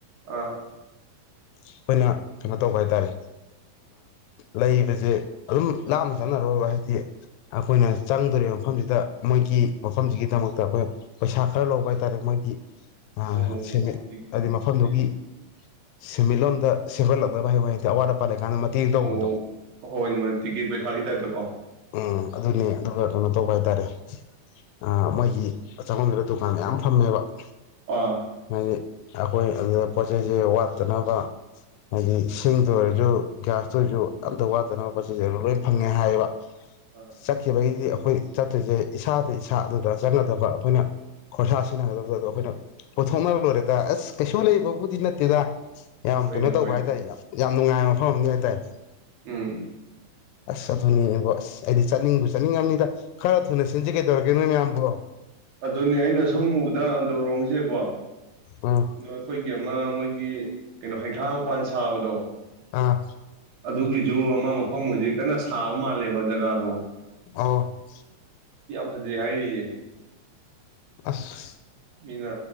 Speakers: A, on the right; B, on the left.
A: ꯑꯥ
B: ꯑꯩꯈꯣꯏꯅ ꯀꯩꯅꯣ ꯇꯧꯕ ꯍꯥꯏ ꯇꯥꯔꯦ ꯂꯩꯕꯁꯦ ꯑꯗꯨꯝ ꯂꯥꯞꯅ ꯆꯠꯅꯔꯣꯏꯕ ꯍꯥꯏꯕꯗꯤ ꯑꯩꯈꯣꯏꯅ ꯆꯪꯗꯣꯔꯤꯕ ꯃꯐꯝꯁꯤꯗ ꯃꯣꯏꯒꯤ ꯃꯐꯝꯁꯤꯒꯤꯗꯃꯛꯇ ꯑꯩꯈꯣꯏ ꯄꯩꯁꯥ ꯈꯔ ꯂꯧꯕ ꯍꯥꯏꯇꯥꯔꯦ ꯃꯣꯏꯒꯤ ꯑ
A: ꯑꯣ
B: ꯁꯦꯝꯃꯤ
A: ꯇꯤꯛ
B: ꯍꯥꯏꯗꯤ ꯃꯐꯝꯗꯨꯒꯤ
A: ꯇꯤꯛ
B: ꯁꯦꯟꯃꯤꯠꯂꯣꯟꯝꯗ ꯁꯦꯝꯒꯠꯂꯛꯅꯕ ꯍꯥꯏ ꯍꯦꯛꯇ ꯑꯋꯥꯠ ꯑꯄꯥ ꯂꯩ ꯀꯀꯥꯟꯗ ꯃꯇꯦꯡ ꯇꯧꯕꯗꯣ
A: ꯑꯣ ꯍꯣꯏꯅꯦ ꯍꯣꯏꯅꯦ ꯇꯤꯀꯦꯠ ꯄꯩꯁꯥꯒꯤ ꯇꯥꯏꯞꯇꯀꯣ
B: ꯎꯝ ꯑꯗꯨꯅꯦ ꯑꯗꯨꯒ
A: ꯎꯝ
B: ꯀꯩꯅꯣ ꯇꯧꯕ ꯍꯥꯏꯇꯥꯔꯦ ꯑꯥ ꯃꯣꯏꯒꯤ ꯆꯪꯕꯝ ꯗꯨꯗꯥ ꯗꯨꯀꯥꯟ ꯃꯌꯥꯝ ꯐꯝꯃꯦꯕ <unintelligible>
A: ꯑꯥ
B: ꯍꯥꯏꯗꯤ ꯑꯩꯈꯣꯏ ꯑꯗꯨꯗ ꯄꯣꯠ ꯆꯩꯩꯖꯦ ꯋꯥꯠꯇꯅꯕ ꯍꯥꯏꯗꯤ ꯁꯤꯡꯗ ꯑꯣꯏꯔꯁꯖꯨ ꯒ꯭ꯌꯥꯁꯇ ꯑꯣꯏꯔꯖꯨ ꯑꯝꯇ ꯋꯥꯠꯇꯅꯕ ꯄꯣꯠꯆꯁꯦ ꯂꯣꯏ ꯐꯪꯉꯦ ꯍꯥꯏꯌꯦꯕ
A: ꯑꯥ
B: ꯆꯠꯈꯤ ꯕꯩꯗꯤ ꯑꯩꯈꯣꯏ ꯆꯠꯇ꯭ꯔꯤꯖꯦ ꯏꯁꯥꯗ ꯏꯁꯥ ꯑꯗꯨꯗ ꯆꯪꯒꯗꯕ ꯑꯩꯈꯣꯏꯅ ꯈꯣꯔꯁꯥ ꯁꯤꯖꯤꯟꯅꯒꯗꯕꯗꯣ ꯑꯩꯈꯣꯏꯅ ꯄꯨꯊꯣꯛꯅꯔ ꯂꯣꯏꯔꯦꯗ ꯑꯁ ꯀꯩꯁꯨ ꯂꯩꯕꯕꯨꯗꯤ ꯅꯠꯇꯦꯗ ꯌꯥꯝ
A: ꯍꯣꯏꯅꯦ
B: ꯀꯩꯅꯣ ꯇꯧꯕ
A: ꯍꯣꯏꯅꯦ
B: ꯍꯥꯏꯇꯥꯔꯦ ꯌꯥꯝ ꯅꯨꯡꯉꯥꯏꯕ ꯃꯐꯝ ꯑꯝꯅꯤ ꯍꯥꯏꯇꯥꯔꯦ
A: ꯎꯝ
B: ꯑꯁ ꯑꯗꯨꯅꯤꯅꯦ ꯑꯁ ꯑꯩꯗꯤ ꯆꯠꯅꯤꯡꯕꯨ ꯆꯠꯅꯤꯡꯉꯃꯤꯗ ꯈꯔ ꯊꯨꯅꯁꯤ ꯁꯤꯟꯖꯦ ꯀꯩꯇꯧꯔꯒꯦ ꯅꯣꯏ ꯃꯌꯥꯝꯕꫭ
A: ꯑꯗꯨꯅꯦ ꯑꯩꯅ ꯁꯨꯝ ꯎꯕꯗ ꯑꯟꯗ꯭ꯔꫭꯝꯒꯤꯖꯦꯀꫭ
B: ꯎꯝ
A: <unintelligible> ꯒꯤ ꯑꯃ ꯃꯣꯏꯒꯤ ꯀꯩꯅꯣ ꯍꯩꯈꯥ ꯃꯄꯥꯟ ꯁꯥꯕꯗꯣ
B: ꯑꯥ
A: ꯑꯗꯨꯒꯤꯖꯨ ꯑꯃ ꯃꯐꯝ ꯍꯧꯖꯤꯛ ꯀꯟꯅ ꯁꯥꯕ ꯃꯥꯜꯂꯦꯕ ꯖꯒꯥꯗꯣ
B: ꯑ <unintelligible>
A: ꯐꯥꯖꯩ ꯍꯥꯏꯔꯤꯌꯦ
B: ꯑꯁ
A: ꯃꯤꯅꯥ